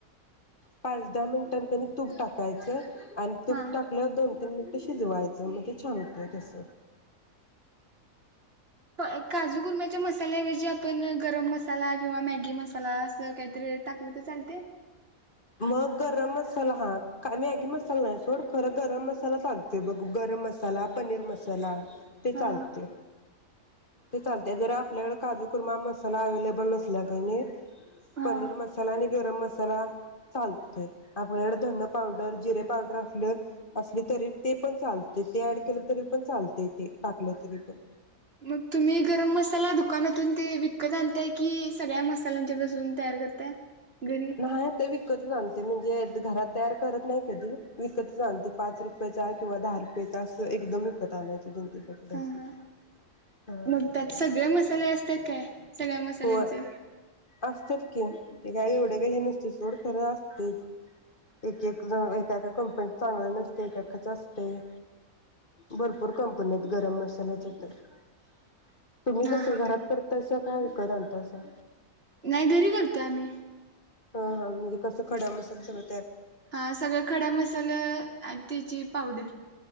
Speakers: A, on the left; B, on the right.
A: पाच दहा मिनटांन कणी तूप टाकायचं. आणि तूप
B: हां
A: टाकलं
B: हां
A: दोन तीन मिन शिजवायचं मग ते छान होत तस.
B: <unintelligible> काजू कुरम्याच्या मसाल्याऐवजी आपण गरम मसाला किंवा मॅगी मसाला अस काहीतरी टाकलं तर चालतय.
A: मग गरम मसाला हा का मॅगी मसाला नाही सोड. खरं गरम मसाला चालतोय बघ गरम मसाला पनीर मसाला ते
B: हां
A: चालतय. ते चालत जरा आपल्याकडे काजू कुरमा मसाला अवेलेबल नसल्या कणी
B: हां
A: पनीर मसाला आणि गरम मसाला चालतय आपल्याडे धन पावडर, जिरे पावडर असले असली तरी ते पण चालतय ते ऍड केलं तरी पण चालतय ते टाकलं तरी पण
B: मग तुम्ही गरम मसाला दुकानातून ते विकत आणताय की सगळ्या मसाल्यांच्यापासून तयार करताय. घरी
A: नाही ते विकतच आणते म्हणजे ते घरात तयार करत नाही कधी विकतच आणते. पाच रुपयाचा किंवा दहा रुपयचा अस एकदम विकत <unintelligible> पॅकेट असं
B: हा हा
A: हा
B: मग त्यात सगळे मसाले असतात काय. सगळ्या मसाल्यांचे
A: हो असत्यात की. ते काय एवढे काही हे नसतय सोड खर असतयच एक एक जण एका एका कंपनीत चांगलं नसतय एका एकाच असतय भरपूर कंपनीत गरम मसाल्याचे तर तुम्ही
B: हां
A: कसं
B: हां
A: घरात करता? सकाळ कार आणतायसा.
B: नाही घरी करतोय आम्ही.
A: हा हा म्हणजे कसं खड्या मसाल्या
B: हा सगळ खड्या मसाल्या आन त्याची पावडर